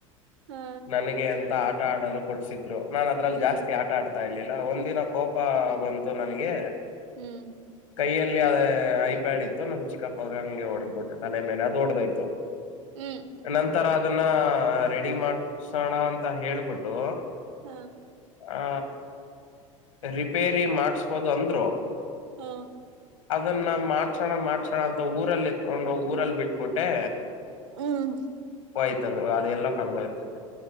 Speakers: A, on the right (about 60°); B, on the left (about 70°).
A: ಹಾ
B: ನನಗೆ ಅಂತ ಆಟ ಆಡಲು ಕೊಡ್ಸಿದ್ರು ನಾನ್ ಅದ್ರಲ್ಲಿ ಜಾಸ್ತಿ
A: ಹ್ಮ್
B: ಆಟ ಆಡ್ತ ನಾ ಇಲಿಲ್ಲ ಒಂದ ದಿನ ಕೋಪ ಬಂತು ನನಗೆ
A: ಹ್ಮ್
B: ಕೈಯಲ್ಲಿ ಅದ ಐಪ್ಯಾಡ್ ಇತ್ತು ನಮ್ ಚಿಕ್ಕಪ್ಪಗಂಗೆ ಹೊಡ್ದಬು ತಲೆ ಮೇಲೆ ಅದು ಓಡದೋಯ್ತು
A: ಹ್ಮ್
B: ನಂತರ ಅದನ್ನ ರೆಡಿ ಮಾಡ್ಸಣ ಅಂತ ಹೇಳಬಿಟ್ಟು
A: ಹಾ
B: ಆ ರಿಪೇರಿ ಮಾಡ್ಸ್ಬೋದು ಅಂದ್ರು
A: ಹಾ
B: ಅದನ್ನ ಮಾಡ್ಸಣ ಮಾಡ್ಸಣ ಅಂತ ಊರಲ್ಲಿ ಎತ್ಕೊಂಡ ಹೋಗ್ ಊರಲ್ಲ ಬಿಟ್ಬಿಟ್ಟೆ
A: ಹ್ಮ್
B: ಹೋಯ್ತದು ಅದೆಲ್ಲೊ ಕಳದ ಒಯ್ತು